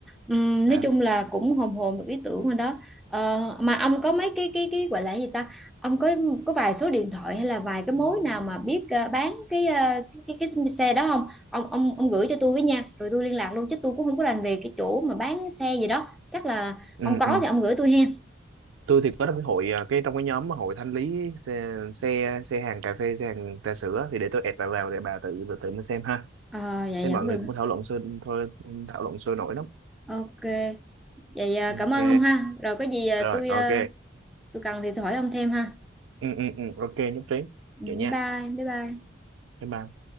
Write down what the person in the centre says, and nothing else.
Ừm,
nói chung là cũng hồn hồn được ý tưởng rồi đó Ờ, mà ông có mấy cái cái cái gọi là cái gì ta ông có có vài số điện thoại hay là vài cái mối nào mà biết ờ, bán cái, ờ, cái cái cái xe đó không ông ông ông gửi cho tôi với nha rồi tôi liên lạc luôn chứ tôi cũng không có rành về cái chỗ mà bán xe gì đó chắc là
ông có
thì ông gửi tôi hen
ờ dạ
dạ
cũng
được
ok vậy ờ,
cảm ơn ông ha rồi có gì ờ,
tôi
ờ, tôi cần thì tôi hỏi ông thêm ha
Ừ,
bye bye bye